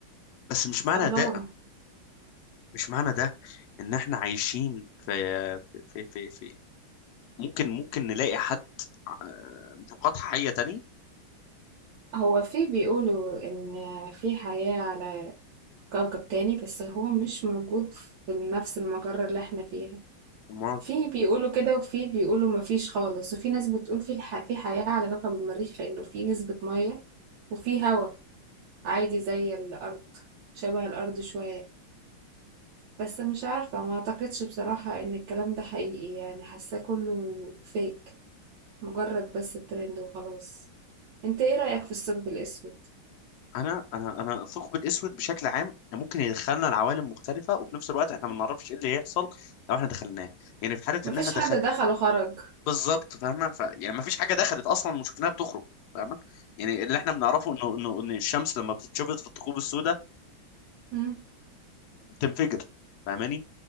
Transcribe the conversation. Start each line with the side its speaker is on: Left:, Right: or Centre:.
Left: بس مش معنى
Right: الله
Left: ده مش معنى ده ان احنا عايشين في في في في, في... ممكن ممكن نلاقي حد آه، مخلوقات حية تانية
Right: هو في بيقولوا ان في حياة على كوكب تاني بس هو مش موجود في نفس المجرة اللي احنا فيها
Left: امال
Right: في بيقولوا كده وفي بيقولوا مفيش خالص وفي ناس بتقول في الح... في حياة على كوكب المريخ لانه في نسبة مية وفي هوا عادي زي الارض شبه الارض شوية بس مش عارفة ما اعتقدش بصراحة ان الكلام ده حقيقي يعني حاساه كله فيك مجرد بس ترند وخلاص انت ايه رأيك في الثقب الأسود
Left: انا انا انا الثقب الاسود بشكل عام ممكن يدخلنا لعوالم مختلفه وفي نفس الوقت احنا ما نعرفش ايه اللي هيحصل لو احنا دخلناه يعني في حاله
Right: مفيش
Left: ان احنا دخل
Right: حد دخل وخرج
Left: بالظبط فاهمه ف يعني ما فيش حاجه دخلت اصلا وشفناها بتخرج فاهمه يعني اللي احنا بنعرفه انه انه ان الشمس لما بتتشفط في الثقوب السوداء
Right: مم.
Left: بتنفجر فاهماني